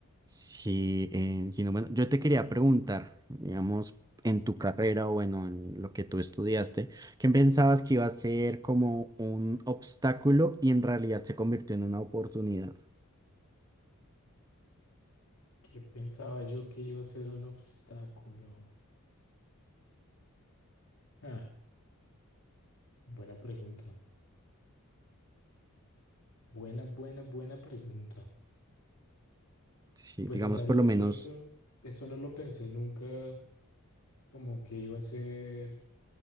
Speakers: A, on the right (about 15°); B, on the left (about 75°).
A: Sí, eh, Gino, bueno, yo te quería preguntar, digamos, en tu carrera o bueno, en lo que tú estudiaste, ¿qué pensabas que iba a ser como un obstáculo y en realidad se convirtió en una oportunidad?
B: ¿Qué pensaba yo que iba a ser un obstáculo? Ah, buena pregunta. Buena, buena, buena pregunta.
A: Sí,
B: Pues
A: digamos,
B: en realidad
A: por lo menos.
B: yo eso, eso no lo pensé nunca, como que iba a ser,